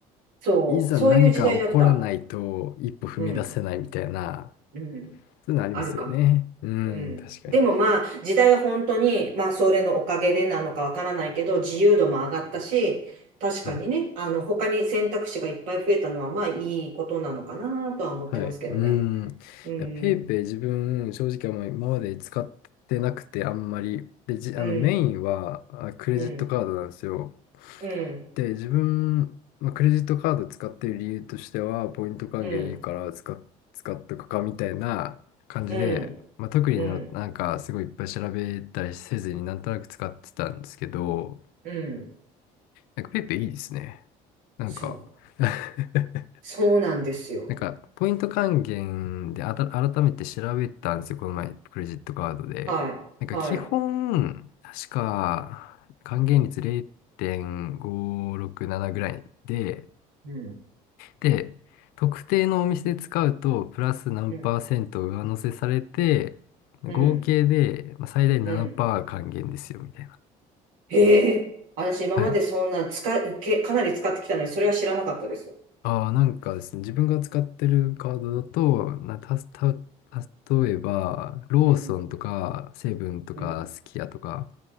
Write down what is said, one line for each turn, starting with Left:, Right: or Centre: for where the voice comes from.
Right: そう、
Left: いざ何か起こらないと一歩踏み出せないみたいな、
Right: そういう時代だった。うん、うん、
Left: そういうのありますよね。
Right: あるかも。
Left: うん、
Right: うん。
Left: 確かに。
Right: でもまあ、時代は本当に、まあ、それのおかげでなのかわからないけど、自由度も上がったし、確かにね、
Left: うん
Right: あの、他に選択肢がいっぱい増えたのは、まあ、いいことなのかなとは思ってますけどね。
Left: はい。うーん。いや、
Right: うん、
Left: ペイペイ自分、正直あんまり今まで使ってなくて、あんまり。で、じ、
Right: うん、
Left: あの、メインは、あ、クレジットカードなんですよ。
Right: うん、うん、
Left: で、自分、まあ、クレジットカード使ってる理由としては、ポイント還元いいから使っ、
Right: うん、
Left: 使っとくかみたいな感じで、
Right: うん、
Left: まあ、特にの、
Right: うん、
Left: なんか、すごいいっぱい調べたりせずになんとなく使ってたんですけど、
Right: うん。
Left: なんかペイペイいいですね。なんか
Right: そう。
Left: <laughs>
Right: そうなんですよ。
Left: なんか、ポイント還元であた改めて調べたんですよ、この前、クレジットカードで。
Right: はい、
Left: なんか、
Right: はい。
Left: 基本、確か、還元率0.567ぐらいで、
Right: うん、
Left: で、特定のお店で使うと、プラス何パーセント上乗せされて、
Right: うん、
Left: 合計でまあ最大7%
Right: うん、うん。
Left: 還元ですよ、みたいな。
Right: へえ、私今までそんな使っ、
Left: はい
Right: け、かなり使ってきたのに、それは知らなかったです。
Left: ああ、なんかですね、自分が使ってるカードだと、な、たす、た、例えば、ローソンとか、
Right: うん、
Left: セブンとか、
Right: うん。
Left: すき家とか、